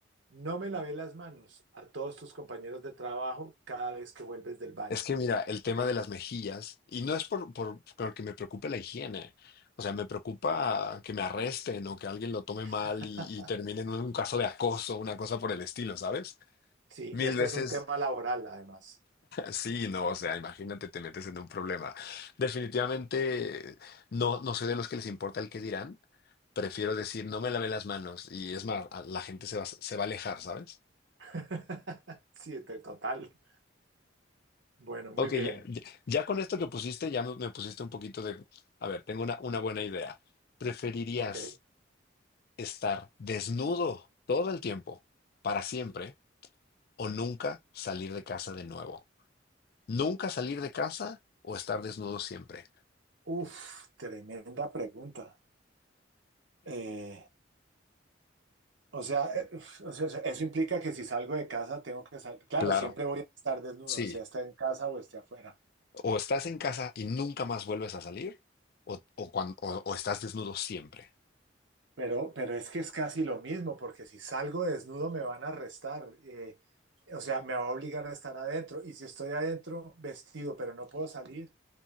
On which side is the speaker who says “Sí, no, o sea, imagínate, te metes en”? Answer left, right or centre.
Left